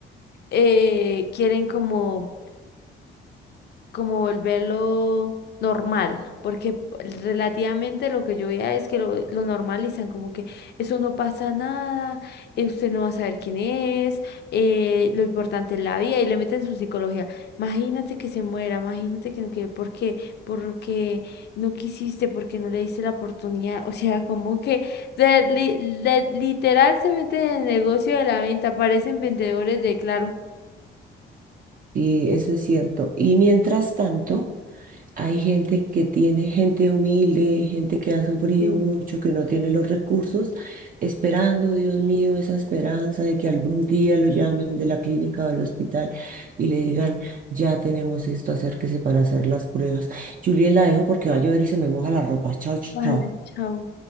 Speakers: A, on the left; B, on the right.
A: eh, quieren como como volverlo normal, porque relativamente lo que yo veía es que lo, lo normalizan, como que eso no pasa nada, eh, usted no va a saber quién es, eh, lo importante es la vida y le meten su psicología. Imagínate que se muera, imagínate que no quede, ¿por qué? Porque no quisiste, porque no le diste la oportunidad, <laughs> o sea, como que de- li- le- literal se meten en el negocio de la venta, parecen vendedores de Claro.
B: Sí, eso es cierto. Y mientras tanto, hay gente que tiene, gente humilde, gente que ha sufrido
A: Sí.
B: mucho, que no tiene los recursos, esperando, Dios mío, esa esperanza de que algún día lo llamen de la clínica o del hospital y le digan, ya tenemos esto, acérquese para hacer las pruebas. Juliet, la dejo porque va a llover y se me moja la ropa. Chao, chao.
A: Vale, chao.